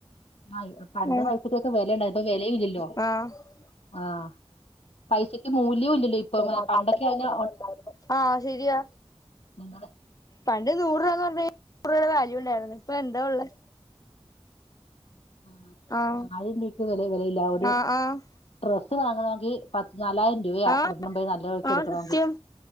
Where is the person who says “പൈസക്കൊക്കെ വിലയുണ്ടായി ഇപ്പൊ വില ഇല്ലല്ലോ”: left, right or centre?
Left